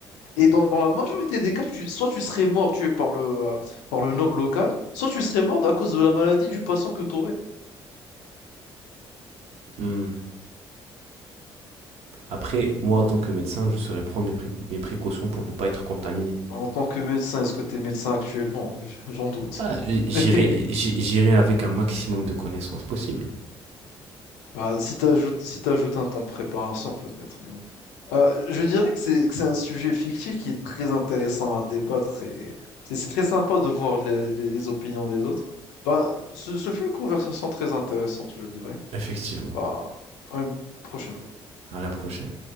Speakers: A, on the left; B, on the right.
A: Et dans, dans la majorité des cas, tu- soit tu serais mort tué par le, euh, par le noble local, soit tu serais mort à cause de la maladie du patient que t'aurais.
B: Hmm. Après, moi, en tant que médecin, je saurais prendre mes, pré- mes précautions pour ne pas être contaminé.
A: En tant que médecin, est-ce que t'es médecin actuellement? J- J'en doute.
B: Ah,
A: <laughs>
B: J'irai j'irai avec un maximum de connaissances possibles.
A: Bah, si t'ajoutes, si t'ajoutes un temps de préparation, peut-être, mais bon. Euh, je dirais que c'est, que c'est un sujet fictif qui est très intéressant à débattre et c'est, c'est très sympa de voir les, les, les opinions des autres. Bah, ce, ce fut une conversation très intéressante, je dirais.
B: Effectivement.
A: Bah, à une prochaine fois.
B: À la prochaine.